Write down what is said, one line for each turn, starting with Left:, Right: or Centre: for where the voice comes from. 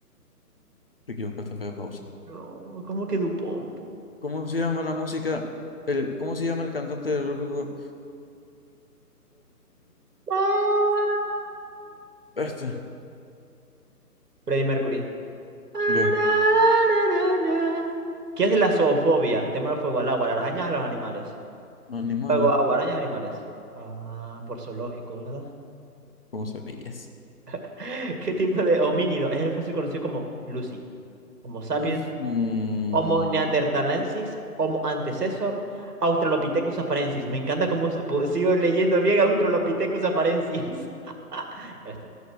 Left: Te equivocaste, feo causa.
Right: No, ¿cómo que DuPont?
Left: ¿Cómo se llama la música? El, ¿cómo se llama el cantante del grupo?
Right: Ah,
Left: Este.
Right: Freddie Mercury. Ararararara.
Left: Ya.
Right: ¿Qué es la zoofobia? Tema del fuego al agua, a las arañas a los animales.
Left: Animales.
Right: Fuego, agua, arañas, animales. Ah, por zoológico, ¿verdad?
Left: ¿Cómo sabías?
Right: <laughs> ¿Qué tipo de homínido es el fósil conocido como Lucy? Homo sapiens,
Left: Ujú.
Right: Homo neanderthalensis, Homo antecessor, Australopithecus afarensis. Me encanta cómo se- pu- sigo leyendo bien Australopithecus afarensis. <laughs> Este.